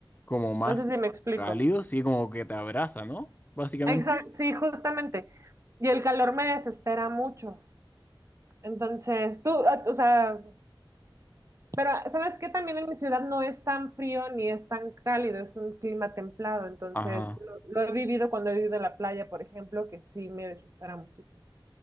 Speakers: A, on the left; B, on the right.
A: como más
B: No sé si me explico.
A: cálido, sí, como que te abraza, ¿no? Básicamente.
B: Exacto, sí, justamente. Y el calor me desespera mucho. Entonces, tú, ah, o sea, pero ¿sabes qué? También en mi ciudad no es tan frío ni es tan cálido, es un clima templado. Entonces,
A: Ajá.
B: lo, lo he vivido cuando he vivido en la playa, por ejemplo, que sí me desespera muchísimo.